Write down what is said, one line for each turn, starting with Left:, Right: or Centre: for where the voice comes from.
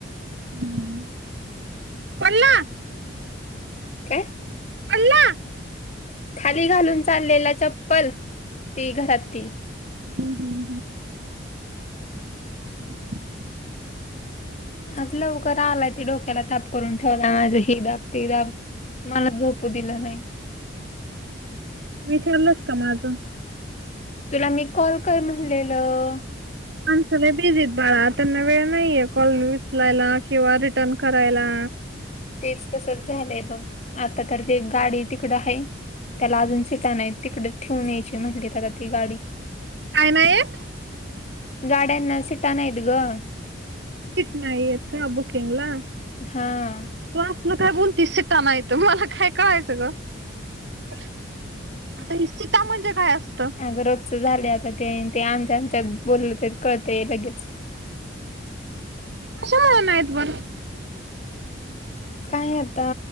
Right: हम्मं पडलां
Left: घे
Right: पडलां
Left: खाली घालूंन चाललेला चप्पल ती घरांत ती
Right: हंम हंम <inaudible> <unintelligible>
Left: आंज लवकरं आलांय त डोक्याला तांप करूंन ठेवला माझं हे दांब ते दांब मलां झोपू दिलं नाहीं
Right: विचारलंस कां माझं
Left: तुलां मी कॉल करं म्हणलेलं
Right: माणसले बिझीत बाळां त्यांना वेळं नाहींये कॉल उचलायंला किंवा रिटर्न करायंला
Left: तेचं तसंच झालंय बघं आंता तरं ते एक गांडी तिकडं आहे त्यांला अजूंन सिटां नाहीं तिकडे चं ठेऊूनं यायची म्हणली आंता ती गांडी तरं
Right: कायं नाहीं आहेंत
Left: गाड्यांना सीटां नाय आहेतं गं
Right: टिकिट नाहीं येतं कां बूकिंग लां
Left: हां
Right: तूं असं नां कायं बोलतीस शितांना येतं मलां कायं कळायचं गं हे सीटां म्हणजे कायं असतं
Left: अगं रोजचं झाले आंता ते ते आमच्या आमच्यांत बोललं कळतंय लगेच
Right: कश्याला मं आहेतं बरं
Left: कायं आंता